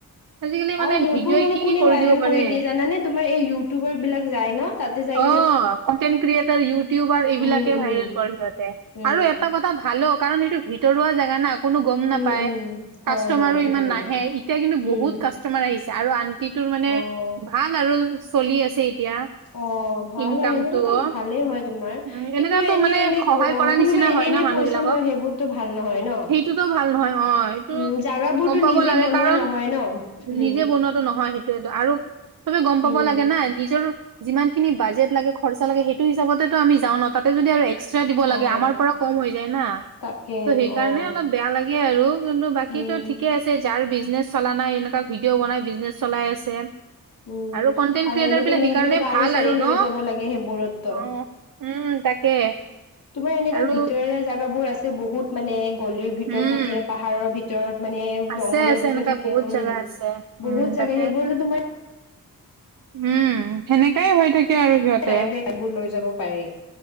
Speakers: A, on the right; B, on the left.
A: আজিকালি মানে
B: আৰু সেইবোৰ
A: ভিডিঅ'ই
B: মানে
A: কি
B: কোনে
A: কি
B: ভাইৰেল
A: দিব পাৰে
B: কৰি দিয়ে জানানে তোমাৰ এই ইউটিউবাৰ বিলাক যায় ন তাতে য
A: অ কনটেন্ট ক্ৰিয়েটাৰ ইউটিউবাৰ এইবিলাকে
B: উম, উম,
A: ভাইৰেল কৰে সিহঁতে
B: উম,
A: আৰু এটা কথা ভালো কাৰণ সেইটো ভিতৰুৱা জেগা না কোনো গম নাপায়।
B: উম, উম, হয়,
A: কাষ্টমাৰো
B: হয়, ঠিকেই
A: ইমান
B: ক'লা।
A: নাহে এতিয়া কিন্তু
B: উম,
A: বহুত কাষ্টমাৰ আহিছে আৰু আন্টিটোৰ মানে
B: অ',
A: ভাল আৰু চলি আছে এতিয়া
B: অ', ভাল
A: ইনকামতটো
B: হয় এনেকুৱাতো
A: অ
B: ভালেই হয় তোমাৰ।
A: উ
B: কিন্তু
A: এনেকা টো
B: এনে
A: মানে
B: এনে
A: সহায়
B: অ
A: কৰা
B: কোনোবা
A: নিচিনা
B: এনে
A: হয়
B: এনে
A: ন মানুহ
B: পইচা
A: বিলাকক
B: লয় সেইবোৰতো ভাল নহয় ন।
A: সেইটো টো ভাল নহয় অ সেইটো
B: উম, জাগাবোৰতো
A: গম পাব
B: নিজে
A: লাগে,
B: বনোৱা
A: কাৰণ
B: নহয় ন উম,
A: নিজে বনোৱাটো নহয় সেইয়টো আৰু চবে গম পাব
B: উম,
A: লাগে না নিজৰ যিমান খিনি বাজেট লাগে খৰচা লাগে সেইটো হিচাপতেতো আমি যাওঁ ন তাতে যদি আৰু এক্সট্ৰা দিব
B: অ',
A: লাগে আমাৰ পৰা কম হৈ যায় না
B: তাকে
A: ত' সেইকাৰণে
B: অ'।
A: অলপ বেয়া লাগে আৰু কিন্তু বাকী
B: উম
A: ঠিকে আছে যাৰ বিজনেছ চলা নাই এনেকুৱা ভিডিঅ' বনাই বিজনেছ চলাই আছে আৰু
B: উম
A: কনটেন্ট
B: আৰু
A: ক্ৰিয়েটাৰ
B: এনেতো
A: বিলাক সেইকাৰণে
B: নিজৰ গাড়ী
A: ভাল
B: চাড়ী
A: আৰু ন
B: লৈ যাব লাগে সেইবোৰতো
A: অ উ উম তাকে
B: তোমাৰ এনেকুৱা
A: আৰু
B: ভিতৰিয়া জেগাবোৰ আছে বহুত মানে কলিৰ ভিতৰত
A: উম
B: থাকে পাহাৰৰ ভিতৰত মানে
A: আছে
B: জংঘলৰ
A: আছে
B: ভিতৰত
A: এনেকা
B: থাকে
A: বহুত
B: উম
A: জেগা আছে উম
B: বহুত
A: তাতে
B: থাকে সেইবোৰ তোমাৰ
A: উম সেনেকাই হৈ থাকে আৰু সিহঁতে।
B: প্ৰাইভেটবোৰ লৈ যাব পাৰি,